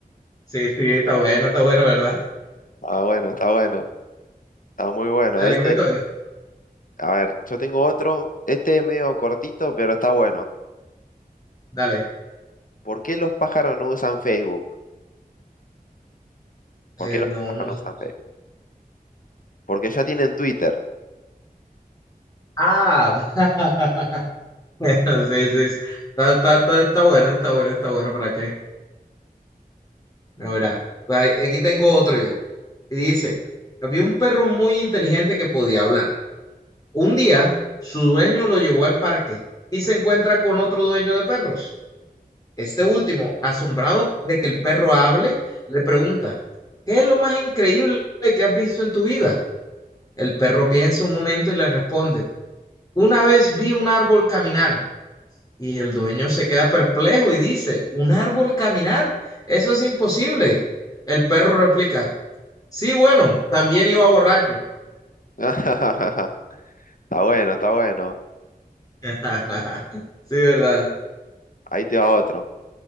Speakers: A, on the left; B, on the left.
A: Sí, sí, está bueno, está bueno, ¿verdad?
B: Está bueno, está bueno, está muy bueno.
A: Dale,
B: Este,
A: cuéntame.
B: a ver, yo tengo otro, este es medio cortito, pero está bueno.
A: Dale.
B: ¿Por qué los pájaros no usan Facebook?
A: Eh,
B: ¿Por qué los
A: no, no
B: pájaros
A: sé.
B: no usan Facebook? Porque ya tienen Twitter.
A: Ah, <laughs> bueno, sí, sí. sí. Está, está, está, está bueno, está bueno, está bueno, ¿para qué? No, mira, ahí- aquí tengo otro yo. Y dice, había un perro muy inteligente que podía hablar. Un día, su dueño lo llevó al parque y se encuentra con otro dueño de perros. Este último, asombrado de que el perro hable, le pregunta, ¿qué es lo más increíble que has visto en tu vida? El perro piensa un momento y le responde, una vez vi un árbol caminar. Y el dueño se queda perplejo y dice, ¿un árbol caminar? Eso es imposible. El perro replica, sí, bueno, también iba borracho.
B: <laughs> Está bueno, está bueno.
A: <laughs> Sí, verdad.
B: Ahí te va otro.